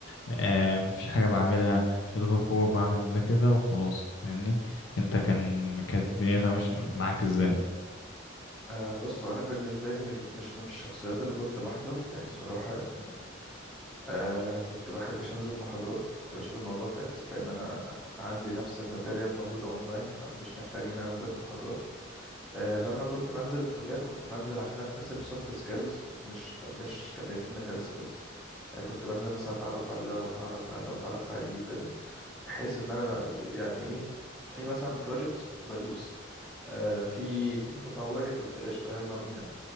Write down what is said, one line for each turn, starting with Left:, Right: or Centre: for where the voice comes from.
Left: آه ما فيش حاجه بعملها يا دوبك هو بعمل ده كده وخلاص فاهمني انت كان كانت الدنيا ماشيه معاك ازاي
Centre: آه بص انا بالنسبه لي مش مش من الشخصيات اللي كنت بحضر يعني صراحه يعني آه كنت بحبش أنزل محاضرات كنت بشوف الموضوع فاكس لأن أنا عندي نفس الماتيريال موجودة أونلاين فمش محتاج إن أنا أنزل محاضرات آه لما كنت بنزل الكلية كنت بنزل عشان أكتسب سوفت سكيلز مش مش كتكنيكال سكيلز يعني كنت بنزل مثلا أتعرف على ده وأتعرف على ده وأتعرف على دي وكده بحيث إن أنا يعني إيه في مثلا بروجكتس كنت بدوس آه في تيم تطوعي كنت قشطة يلا بينا